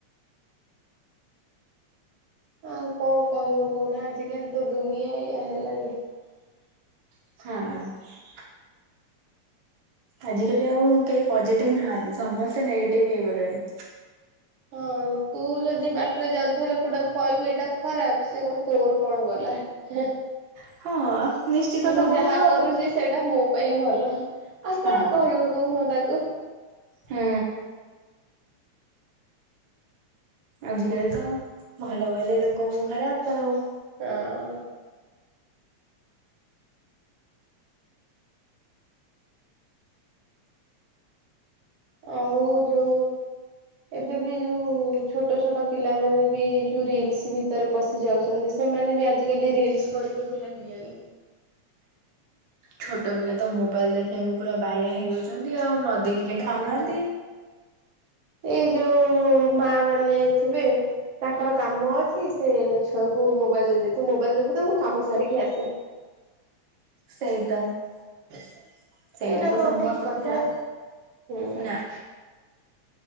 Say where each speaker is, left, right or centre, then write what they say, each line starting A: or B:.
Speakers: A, on the right; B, on the right.
A: ଆଉ କଣ କହିବ କହୁନା ଆଜିକାଲି ତ ଦୁନିଆ ଏଇଆ ହେଲାଣି।
B: ହଁ। ଆଜିିକାଲି ଆଉ କେହି ପଜେଟିଭ ନାହାନ୍ତି ସମସ୍ତେ ନେଗେଟିଭ ହେଇଗଲେଣି।
A: ହଁ ତୁ ଯଦି ବାଟରେ ଯାଉଥବା ଲୋକଟାକୁ କହିବୁ ଏଇଟା ଖରାପ ସେ କହିବ ତୋର କଣ ଗଲା। ହେ ହେ।
B: ହଁ। ନିଶ୍ଚିତ
A: ମୁଁ
B: ତ କହିବ
A: ଯାହା
B: ଆଉ।
A: କରୁଛି ସେଇଟା ମୋ ପାଇଁ ଭଲ, ଆଉ
B: ହଁ
A: କଣ କହିବ କହୁନ ତାକୁ?
B: ହୁଁ। ଆଜିକାଲି ତ ଭଲ କହିଲେ ଲୋକଙ୍କୁ ଖରାପ ଆଉ।
A: ହଁ। ଆଉ ଯୋଉ ଏବେ ବି ଯୋଉ ଛୋଟ ଛୋଟ ପିଲାମାନେ ବି ଯୋଉ ରିଲସ ଭି ଭିତରେ ପଶି ଯାଉଛନ୍ତି ସେମାନେ ବି ଆଜିକାଲି ରିଲସ କରିବାକୁ ଲାଗିଲାଣିି।
B: ଛୋଟ ପିଲା ତ ମୋବାଇଲ ଦେଖିବାକୁ ପୁରା ବାୟା ହେଇଯାଉଛନ୍ତି ଆଉ ନ ଦେଖିଲେ
A: ହଁ
B: ଖାଉନାହାନ୍ତି।
A: ଏଇ ଯୋଉ ମା ମାନେ ଥିବେ। ତାଙ୍କର କାମ ଅଛି ସେ ଛୁଆଙ୍କୁ ମୋବାଇଲ ଦେଇଦେବେ ତୁ ମୋବାଇଲ ଦେଖୁଥା ମୁଁ କାମ ସାରିକି ଆସେ।
B: ସେଇ ତ ସେଇଠି
A: ଏଇଟା
B: ତ
A: କଣ
B: ସବୁ
A: ଠିକ
B: ଅସୁବିଧା
A: କଥା
B: ଆଉ।
A: ହୁଁ
B: ନା।